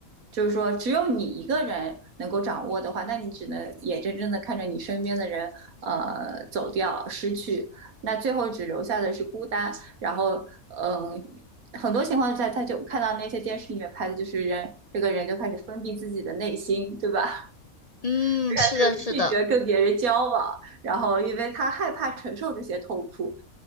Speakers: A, on the right (about 80°); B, on the left (about 40°).
A: 就是说只有你一个人能够掌握的话，那你只能眼睁睁的看着你身边的人呃走掉、失去，那最后只留下的是孤单。然后嗯、很多情况在，他就看到那些电视里面拍的，就是人这个人就开始封闭自己的内心，对吧？<laughs>
B: 嗯，
A: 就开始拒绝跟别人交往，
B: 是的，是的。
A: 然后因为他害怕承受这些痛苦。